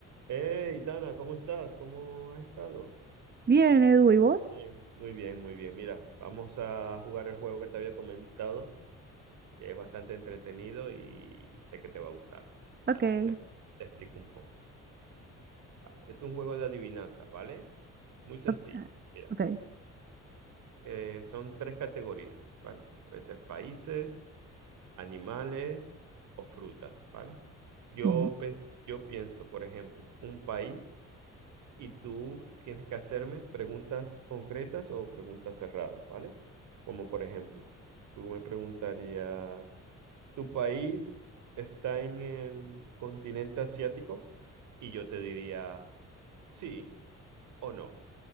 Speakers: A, on the right; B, on the right.
A: Hey, Dana, ¿cómo estás? ¿Cómo has estado?
B: Bien, Edu, ¿y vos?
A: Bien, Muy bien, muy bien. Mira, vamos a jugar el juego que te había comentado, que es bastante entretenido y sé que te va a gustar,
B: Ok,
A: ¿vale? Te, te explico un poco, ¿vale? Es un juego de adivinanzas, ¿vale? Muy sencillo.
B: ok,
A: Mira,
B: ok,
A: eh, son tres categorías, ¿vale? Puede ser países, animales o frutas, ¿vale? Yo,
B: bueno.
A: pens- yo pienso, por ejemplo, un país y tú tienes que hacerme preguntas concretas o preguntas cerradas, ¿vale? Como por ejemplo, tú me preguntarías, ¿tu país está en el continente asiático? Y yo te diría, sí o no,